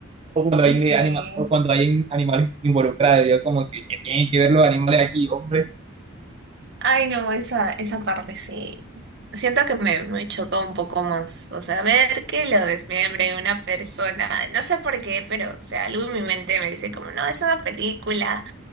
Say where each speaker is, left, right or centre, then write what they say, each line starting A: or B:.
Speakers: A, on the right; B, on the right.
A: o cuando hay,
B: sí.
A: de anima- o cuando hay in- animales involucrados. Yo como que, ¿qué tienen que ver los animales aquí, hombre?
B: Ay, no, esa, esa parte sí. Siento que me, me chocó un poco más. O sea, ver que lo desmembre una persona, no sé por qué, pero, o sea, algo en mi mente me dice como, no, es una película.